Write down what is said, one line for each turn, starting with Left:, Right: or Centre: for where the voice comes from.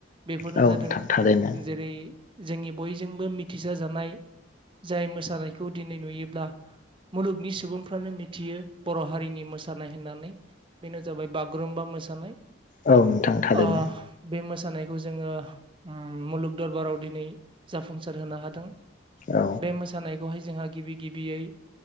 Right: बेफोरनो
Left: औ
Right: जादों
Left: नोंथां थारैनो
Right: जेरै जोंनि बयजोंबो मिथिसार जानाय जाय मोसानायखौ दिनै नुयोब्ला मुलुगनि सुबुंफ्रानो मिथियो बर' हारिनि मोसानाय होननानै। बेनो जाबाय बागुरुम्बा मोसानाय।
Left: औ नोंथां थारैनो
Right: ओ बे मोसानायखौ जोङो उम मुलुग दरबाराव दिनै जाफुंसार होनो हादों
Left: औ
Right: बे मो सानायखौहाय जोंहा गिबि गिबियै